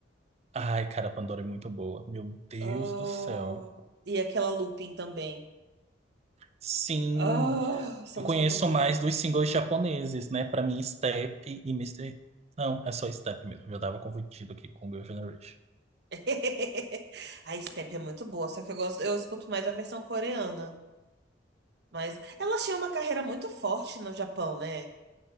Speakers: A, on the right; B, on the right.
A: Ai, cara, a Pandora é muito boa. Meu Deus
B: Ah,
A: do céu.
B: e aquela Lupin também.
A: Sim,
B: Ah, essa
A: eu
B: música
A: conheço
B: é tão boa.
A: mais dos singles japoneses, né? Pra mim, Step e mister Não, é só Step mesmo. Eu já tava confundido aqui com Girl Generation.
B: <laughs> A Step é muito boa, só que eu gosto, eu escuto mais a versão coreana. Mas ela tinha uma carreira muito forte no Japão, né?